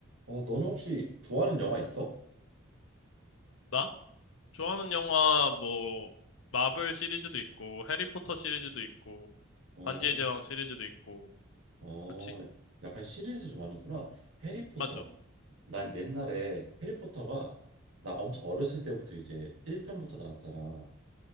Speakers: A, on the right; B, on the left.
A: 어, 너는 혹시 좋아하는 영화 있어?
B: 나? 좋아하는 영화 뭐 마블 시리즈도 있고 해리포터 시리즈도 있고
A: 어,
B: 반지의 제왕 시리즈도 있고
A: 어,
B: 그렇지?
A: 약간 시리즈 좋아하는구나. 해리포터.
B: 맞아.
A: 난 옛날에 해리포터가 나 엄청 어렸을 때부터 이제 1편부터 나왔잖아.